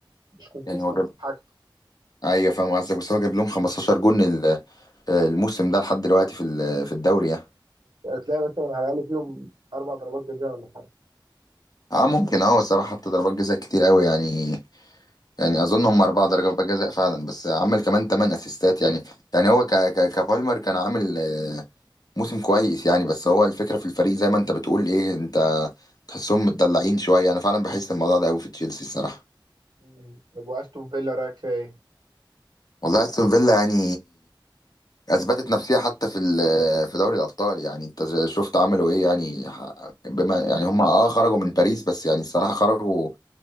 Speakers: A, on the right; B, on the left.
A: مش كونسيستنت
B: يعني هو
A: في حاجته
B: ايوه فاهم قصدك بس هو جاب لهم 15 جون ال- آه، الموسم ده لحد دلوقتي في ال- في الدوري يعني
A: تلاقي مثلا على الاقل فيهم اربع ضربات جزاء ولا حاجه
B: اه ممكن اه الصراحه حط ضربات جزاء كتير قوي يعني يعني اظن هم اربع ضربات جزاء فعلا بس عمل كمان ثمان اسيستات يعني يعني هو ك ك كبالمر كان عامل آه، موسم كويس يعني بس هو الفكره في الفريق زي ما انت بتقول ايه انت تحسهم متدلعين شويه انا فعلا بحس الموضوع ده قوي في تشيلسي الصراحه
A: امم طب واستون فيلا رايك فيها ايه؟
B: والله استون فيلا يعني اثبتت نفسها حتى في ال- في دوري الابطال يعني انت ز- شفت عملوا ايه يعني ح- بما يعني هم اه خرجوا من باريس بس يعني الصراحه خرجوا